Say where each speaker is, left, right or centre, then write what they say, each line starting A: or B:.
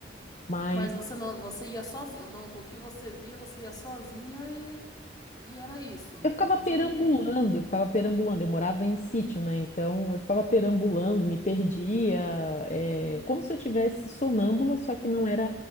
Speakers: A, on the left (about 35°); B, on the left (about 20°).
A: Mas
B: Mas você não, você ia sozinha. No, no que você via, você ia sozinha e, e era isso.
A: Eu ficava
B: Não
A: perambulando,
B: tinha ninguém.
A: eu ficava perambulando. Eu morava em sítio, né? Então eu ficava perambulando, me perdia, é, como se eu tivesse sonâmbula, só que não era